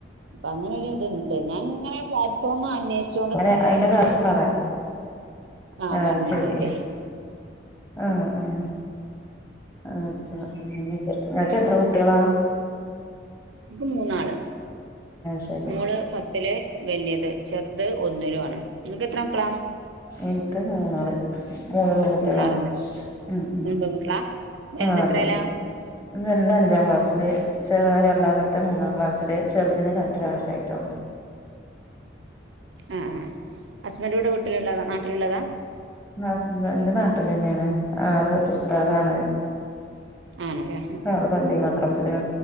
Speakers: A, on the right; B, on the left.
A: അപ്പ അങ്ങനെ ഒര് ഇത്ണ്ട് ഞാൻ ഇങ്ങനെ പ്ലാറ്റ്ഫോമ് അന്വേഷി
B: ഇപ്പൊങ്ങനെ അയിന്റെ കാര്യത്ത് പറിയ
A: ആ
B: ആഹ്
A: പറഞ്ഞ്
B: ശരി
A: തരേണ്ടി
B: ആഹ് ആഹ് ആച്ചാ അങ്ങനെയക്കെ അൻക്ക് എത്ര കുട്ടിയളാ?
A: ഇൻക്ക് മൂന്നാള്
B: ശരി
A: മോള് പത്തില് വല്ല്യത്, ചെർത് ഒന്നിലു ആണ്. ഇങ്ങക്ക് എത്ര മക്കളാ?
B: ഇൻക്ക് മൂന്നാള് മൂന്ന് പെൺകുട്ടികളാ
A: മൂന്നാളന്നെ
B: ഉം ഉം
A: മൂന്ന് പെൺകുട്ടികളാ വലുത്
B: ആഹ്
A: എത്രേലാ
B: അതെ വൽത് അഞ്ചാം ക്ലാസ്സില് ചോ രണ്ടാമത്തെ മൂന്നാം ക്ലാസ്സില് ചെറുതിന് രണ്ടര വയസ്സ് ആയിട്ടുള്ളൂ
A: ആഹ് ആഹ് അഹ് ഹസ്ബൻഡ് ഇവടെ വിട്ടില്ള്ളതാ നാട്ടില്ള്ളതാ
B: ഹസ്ബൻഡ് നാട്ടിലന്നേണ് ആള് ഉസ്താദാണ്
A: ആണ് ല്ലേ
B: ആള് പള്ളി മദ്രസില്